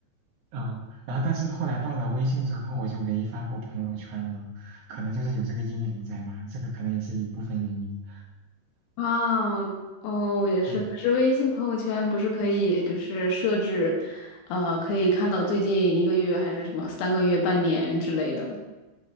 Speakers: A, on the right; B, on the left.
A: 嗯，然后但是后来到了微信之后，我就没发过朋友圈了，可能就是有这个阴影在吧，这个可能也是一部分原因。
B: 啊，哦，也是。
A: 嗯
B: 可是微信朋友圈不是可以就是设置，呃，可以看到最近一个月还是什么三个月、半年之类的。